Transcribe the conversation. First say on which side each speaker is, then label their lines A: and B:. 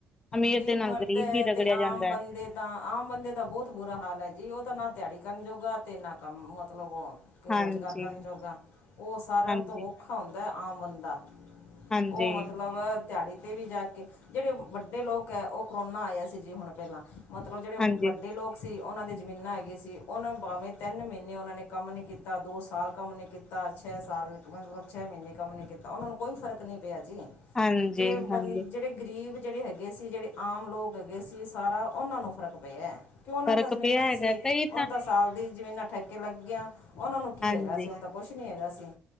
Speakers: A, on the left (about 20°); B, on the left (about 80°).
A: ਅਮੀਰ
B: ਗਰੀਬ
A: ਦੇ ਨਾਲ
B: ਮਰਦੈ,
A: ਗ਼ਰੀਬ ਵੀ
B: ਤੇ
A: ਰਗੜਿਆ
B: ਆਮ
A: ਜਾਂਦਾ
B: ਬੰਦੇ
A: ਹੈ
B: ਤਾਂ ਆਮ ਬੰਦੇ ਦਾ ਬਹੁਤ ਬੁਰਾ ਹਾਲ ਹੈ ਜੀ, ਉਹ ਤਾਂ ਨਾ ਤਿਹਾੜੀ ਕਰਨ ਜੋੋਗਾ ਤੇ, ਨਾ, ਕੰਮ ਮਤਲਬ ਓ ਕਿ
A: ਹਾਂਜੀ,
B: ਰੁਜ਼ਗਾਰ ਕਰਨ ਜੋਗਾ, ਉਹ ਸਾਰਿਆਂ
A: ਹਾਂਜੀ।
B: ਤੋਂ ਔਖਾ ਹੁੰਦਾ ਹੈ ਆਮ ਬੰਦਾ।
A: ਹਾਂਜੀ,
B: ਉਹ ਮਤਲਬ ਤਿਹਾੜੀ ਤੇ ਵੀ ਜਾਕੇ, ਜਿਹੜੇ ਵੱਡੇ ਵੱਡੇ ਲੋਕ ਐ, ਉਹ ਕੋਰੋਨਾ ਆਇਆ ਸੀ ਜੀ ਹੁਣ ਪਹਿਲਾਂ, ਮਤਲਬ ਜਿਹੜੇ
A: ਹਾਂਜੀ,
B: ਵੱਡੇ ਲੋਕ ਸੀ ਉਹਨਾਂ ਦੇ ਜ਼ਮੀਨਾਂ ਹੈਗੀ ਸੀ, ਉਹਨਾਂ ਭਾਵੇਂ ਤਿੰਨ ਮਹੀਨੇ ਉਹਨਾਂ ਨੇ ਕੰਮ ਨੀ ਕੀਤਾ, ਦੋ-ਸਾਲ ਕੰਮ ਨਹੀਂ ਕੀਤਾ ਕੀਤਾ, ਛੇ ਸਾਲ ਮਤਲਬ, ਛੇ ਮਹੀਨੇ ਕੰਮ ਨੀ ਕੀਤਾ, ਉਹਨਾਂ ਨੂੰ ਕੋਈ ਫ਼ਰਕ ਨਹੀਂ ਪਿਆ ਜੀ।
A: ਹਾਂਜੀ,
B: ਜੇ
A: ਹਾਂਜੀ
B: ਬੰ ਜਿਹੜੇ ਗ਼ਰੀਬ, ਜਿਹੜੇ ਹੈਗੇ ਗੇ ਸੀ ਜਿਹੜੇ ਆਮ ਲੋਕ ਹੈਗੇ ਸੀ, ਸਾਰਾ ਉਹਨਾਂ ਨੂੰ ਫ਼ਰਕ ਪਿਆ। ਕਿਉ ਉਹਨਾਂ
A: ਫ਼ਰਕ
B: ਦਾ ਜ਼ਮੀਨਾਂ
A: ਪਿਆ ਹੈਗਾ
B: ਸੀ,
A: ਕਈ
B: ਉਹਣ ਤਾਂ ਸਾਲ ਦੀ ਜ਼ਮੀਨਾਂ ਠੇਕੇ ਲੱਗੀਆਂ, ਉਹਨਾਂ ਨੂੰ ਕੀ
A: ਹਾਂਜੀ,
B: ਹੈਗਾ ਸੀ ਉਹਨਾ ਤਾਂ ਕੁਛ ਨਹੀਂ ਹੈਗਾ ਸੀ,